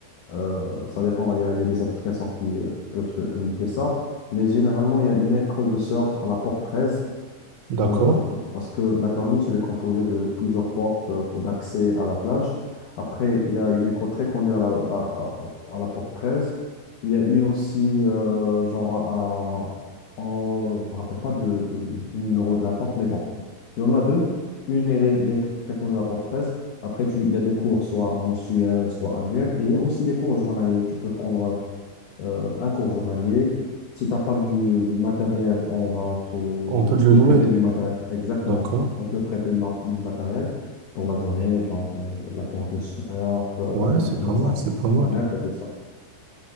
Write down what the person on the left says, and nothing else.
Euh, ça dépend. Il y a, il y a des applications qui euh, peuvent te- t'indiquer ça. Mais généralement, il y a une école de surf à la porte 13.
euh, parce que la corniche, elle est composée de plusieurs portes euh, d'accès à la plage. Après, il y a une école très connue à la, à, à- à la porte 13. Il y a une aussi, euh, genre, à, en- je me rappelle pas de, de- du numéro de la porte, mais bon, il y en a deux. Une, elle est, elle est très connue à la porte 13. Après, tu, il y a des cours, soit mensuels, soit annuels. Et il y a aussi des cours journaliers. Tu peux prendre euh, un cours journalier. Si tu n'as pas du, du matériel, on va te,
te
prêter du matériel. Exactement.
On peut prêter du, ma- du matériel pour la journée, genre euh, la tente de surf, euh,
la combinaison
à mettre et tout ça.